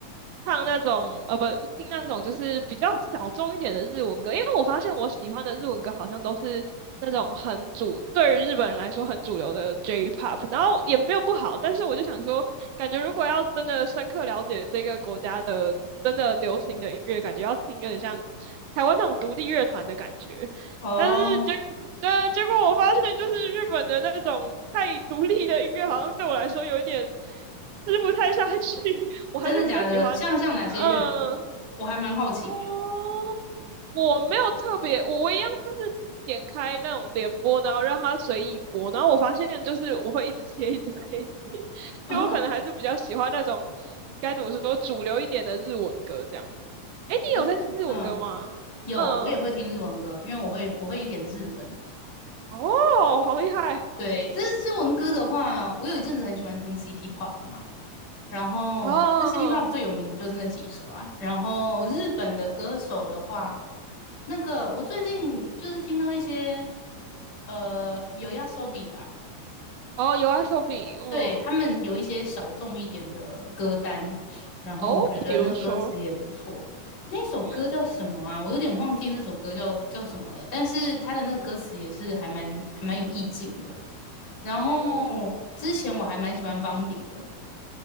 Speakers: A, on the right; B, on the left.
A: 唱那种呃不听那种就是比较小众一点的日文歌，因为我发现我喜欢的日文歌好像都是那种很主对于日本人来说很主流的 J-pop，然后也没有不好，但是我就想说。感觉如果要真的深刻了解这个国家的真的流行的音乐，感觉要听有点像台湾那种独立乐团的感觉。
B: 哦，
A: 但是结呃，结果我发现就是日本的那种太独立的音乐，好像对我来说有一点吃不太下去。<laughs> 我还是比较喜欢，
B: 真的假的？像像哪些乐团？
A: 嗯、
B: 我还蛮好奇的耶。
A: 哦，我没有特别，我我一样就是点开那种联播，然后让它随意播，然后我发现就是我会一直切，一直切，一直切，<laughs>
B: <laughs>
A: 所以我可能还是比较喜欢那种该怎么说主流一点的日文歌这样。诶，你有在听日文歌吗？
B: 可是，嗯，有我也会听日文歌，
A: 嗯，
B: 因为我会我会一点日文，
A: 哦，好厉害，
B: 对，但是中文歌的话，我有一阵子很喜欢听 City Pop 嘛，然后那
A: 哦
B: City Pop 最有名的就是那几首啊。然后日本的歌手的话，那个我最近就是听到一些呃有 y a s o b i 吧，
A: 哦有 s o b 嗯，
B: 对，他们有一些小众一点的歌单，然后我觉得那个歌词也不错。
A: 哦，比如说，
B: 那首歌叫什么啊？
A: 嗯
B: 我有点忘记那首歌叫叫什么了，但是他的那个歌词也是还蛮还蛮有意境的。然后
A: 嗯，
B: 之前我还蛮喜欢方迪的，